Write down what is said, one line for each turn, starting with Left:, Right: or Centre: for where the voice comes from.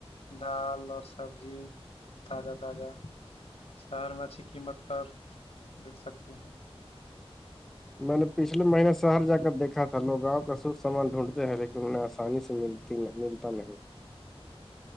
Left: دال اور سبزی تازہ تازہ شہر میں اچھی قیمت پر بک سکتی ہیں
Centre: میں نے پچھلے مہینے شہر جا کر دیکھا تھا لوگاں کا سھ سامان ڈھونڈتے ہیں لیکن انہیں آسانی سے مل ملتا نہیں